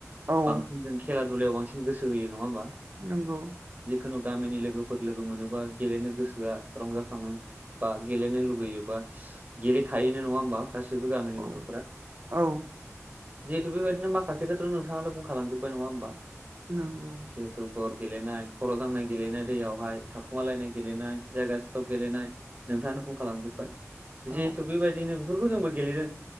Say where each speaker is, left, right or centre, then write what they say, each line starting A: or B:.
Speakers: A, on the right; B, on the right.
A: औ
B: बांसिन जों खेला दुलायाव बांसिन गोसो होयो नङा होमबा?
A: नंगौ
B: जिखुनु गामिनि लोगोफोर लोगो मोनोबा गेलेनो गोसोआ रंजाखाङो बा गेलेनो लुुबैयो बा गेलेखायोनो नङा होमबा गासिबो गामिनि
A: औ
B: गथ'फोरा
A: औ
B: जिहेथु बेबायदिनो माखासे खोथाखौ नोंथाङानो बुंखा लांजोबबाय नङा होमबा?
A: नोंगौ
B: <unintelligible> बर गलेनाय। खर' दांनाय गेलेनाय दैयावहाय थाखुमालायनाय गेलेनाय जायगा सिथप गेलेनाय। नोंथाङानो बुंखालांजोबबाय जिहेथु
A: औ
B: बेबायदिनो बिफोरखौ जोंबो गेलेदों।